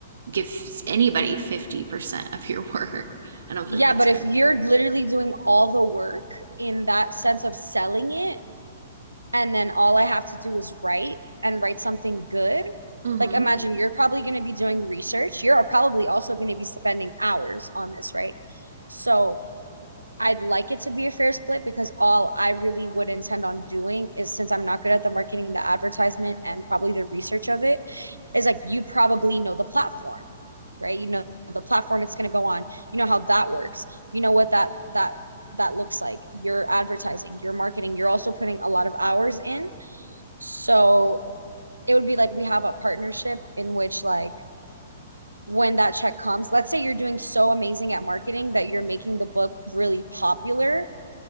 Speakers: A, on the right (about 60°); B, on the right (about 85°).
A: give anybody 50% of your <laughs> work. I don't
B: Yeah,
A: feel like that's
B: but
A: fair.
B: if you're literally doing all the work in that sense of selling it and then all I have to do is write and write something good,
A: Mm-hmm.
B: like imagine you're probably going to be doing research. You're probably also going to be spending hours on this, right? So I'd like it to be a fair split because all I really would intend on doing is since I'm not good at the marketing, the advertisement, and probably the research of it, is like you probably know the platform, right? You know the platform it's going to go on. You know how that works. You know what that that that looks like. You're advertising, you're marketing, you're also putting a lot of hours in. So it would be like we have a partnership in which like when that check comes, let's say you're doing so amazing at marketing that you're making the book really popular